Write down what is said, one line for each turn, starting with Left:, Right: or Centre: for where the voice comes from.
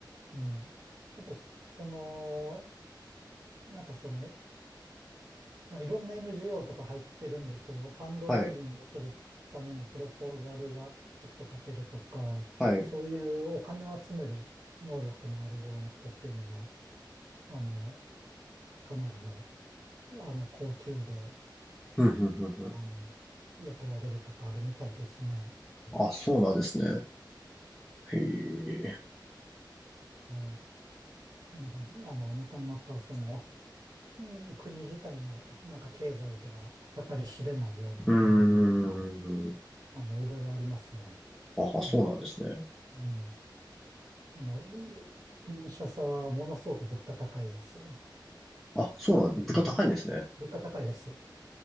Right: うん。やっぱり、その、なんかその、えまあ、いろんな NGO とか入ってるんですけど、ファンドレイジングするためのプロポーザルがきちっと書けるとか、
Centre: ーはい、はい。
Right: そういうお金を集める能力のあるような人っていうのは、あの、かなりの、あの、高級で、
Centre: ふんふんふんふん。
Right: あの、雇われるとかあるみたいですね。
Centre: あ、そうなんですね。へえ。
Right: うん。うんあの、なかなかその、うん国自体のなんか経済では計り知れないようなところっていうのは、
Centre: うーん。
Right: あの、いろいろありますね。
Centre: あ、そうなんですね。
Right: うん。うん。あの、う車さはものすごく物価高いです。
Centre: あ、そうなん、物価高いんですね。
Right: うん。物価高いです。